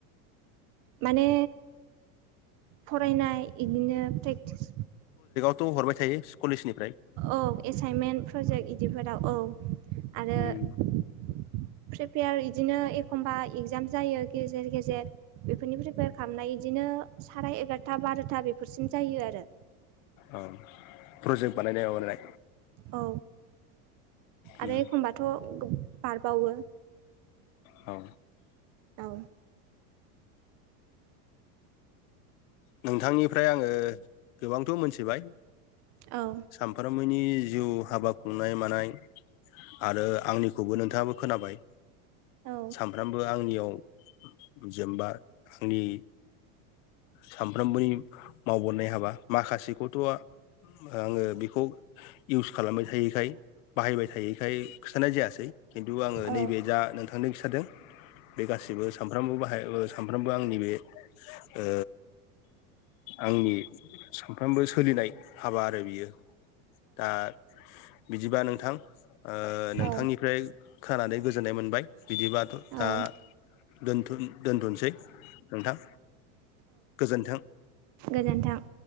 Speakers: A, on the right; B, on the left.
A: माने फरायनाय बिदिनो प्रेक्टिस
B: थ' हरबाय थायो कलेजनि
A: औ एसाइनमेन्ट प्रजेक्ट बिदिफोराव औ आरो
B: उम
A: <inaudible> प्रिपेयार इदिनो एखम्बा एगजाम जायो गेजेर गेजेर बेफोरनि प्रिपेयार खालामनाय बिदिनो साराय एगार'था बार'था बेफोरसिम जायो आरो।
B: औ प्रजेक्ट बानायनाय बानायलाय
A: औ आरो
B: उम
A: एखमबाथ' बारबावो।
B: औ
A: औ
B: नोंथांनिफ्राय आङो गोबांथ मोनथिबाय
A: औ
B: सामफ्रोमबो नि जिउ हाबा खुंनाय मानाय आरो आंनिखौबो नोंथाङाबो खोनाबाय
A: औ
B: सानफ्रामबो आंनियाव जेनबा आंनि सानफ्रोमबोनि मावबोननाय हाबा माखासेखौथ आ आङो बेखौ इउस खालामबाय थायैखाय बाहायबाय थायैखाय खिथानाय जायासै खिन्थु आङो
A: औ
B: नैबे जा नोंथांनो खिथादों बे गासिबो सामफ्रामबो बाहाय ओ सामफ्रामबो आंनि बे ओ आंनि सामफ्रामबो सोलिनाय हाबा आरो बियो दा बिदिबा नोंथां ओ नोंथांनिफ्राय
A: औ
B: खानानै गोजोननाय मोनबाय बिदिबाथ
A: औ
B: दा दोथ दोनथसै नोंथां गोजोन्थों।
A: गोजोनथों